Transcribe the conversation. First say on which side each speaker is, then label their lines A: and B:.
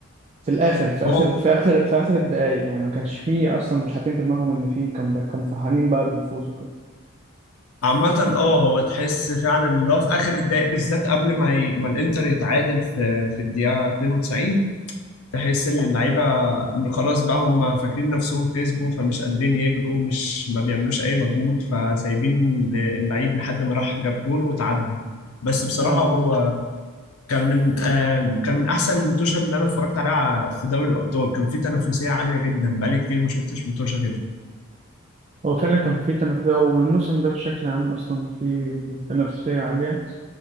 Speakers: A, on the right; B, on the left.
A: في الاخر في
B: هو
A: اخر في اخر في اخر الدقايق يعني ما كانش فيه اصلا مش حاطين في دماغهم ان فيه كان كانوا فرحانين بقى بالفوز وكده
B: عامة اه هو تحس فعلا اللي هو في اخر الدقايق بالذات قبل ما ي... ما الانتر يتعادل في في الدقيقة 92 تحس ان اللعيبة خلاص بقى هم فاكرين نفسهم كسبوا فمش قادرين يجروا مش ما بيعملوش اي مجهود فسايبين اللعيب لحد ما راح جاب جون وتعادلوا بس بصراحة
A: اه بالظبط.
B: هو كان من آم، كان من احسن الموتوشة اللي انا اتفرجت عليها في دوري الابطال كان في تنافسية عالية جدا بقالي كتير ما شفتش موتوشة كده
A: هو فعلا كان فيه تنافسية والموسم ده بشكل عام أصلا فيه تنافسية عالية